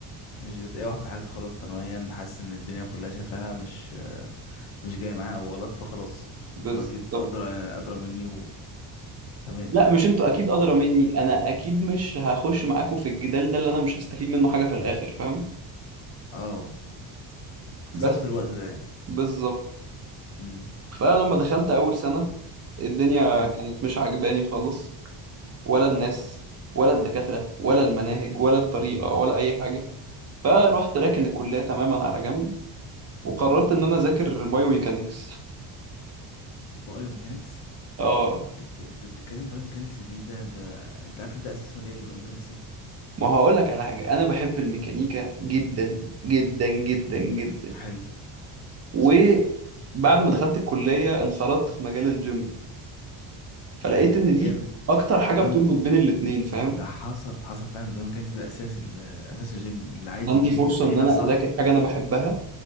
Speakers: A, on the left (about 75°); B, on the right (about 35°).
A: مش بتقاوح في حاجة خلاص تنميا حاسس ان الدنيا كلها شفاها مش مش جاي معاها أو غلط فخلاص انتوا
B: بالظبط
A: اكيد ادرى ادرى مني وتمام
B: لا مش انتوا اكيد ادرى مني انا اكيد مش هخش معاكوا في الجدال ده اللي انا مش هستفيد منه حاجه في الاخر فاهم
A: اه اختصرت
B: بس
A: الوقت ده يعني
B: بالظبط
A: امم
B: فلما دخلت اول سنه الدنيا
A: حلو
B: كانت مش عجباني خالص ولا الناس ولا الدكاترة ولا المناهج ولا الطريقة ولا أي حاجة فروحت راكن الكلية تماما على جنب وقررت إن أنا أذاكر بايوميكانكس
A: بايوميكانكس
B: اه
A: انت بت... انت بتتكلم بايوميكانكس دي ده ده انت عارف ان ده اساس مجالي بايوميكانكس دي
B: ما هقول لك على حاجة أنا بحب الميكانيكا جدا جدا جدا جدا
A: حلو
B: وبعد ما دخلت الكلية انخرطت في مجال الجيم فلقيت إن
A: جامد
B: دي أكتر حاجة
A: بايو...
B: بتربط بين الاتنين فاهم
A: ده حصل حصل فعلا البايوميكانكس ده اساس ال... اساس الجيم اللي عايز
B: عندي
A: يجيب
B: فرصة
A: التمرينه
B: إن أنا
A: صح
B: أذاكر حاجة أنا بحبها